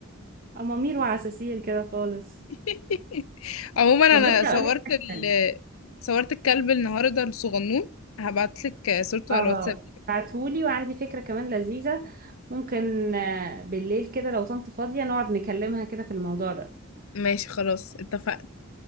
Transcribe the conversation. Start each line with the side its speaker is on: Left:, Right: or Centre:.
Right: أمامير وعساسير كده خالص
Left: <laughs> عموما انا
Right: طب بصي
Left: صورت
Right: أقولك حاجة
Left: ال
Right: حلوة
Left: صورت الكلب النهارده الصغنون هبعتلك صورته
Right: اه
Left: على الواتساب
Right: بعتهولي وعندي فكرة كمان لذيذة ممكن آه، بالليل كده لو طنط فاضية نقعد نكلمها كده في الموضوع ده
Left: ماشي خلاص اتفقنا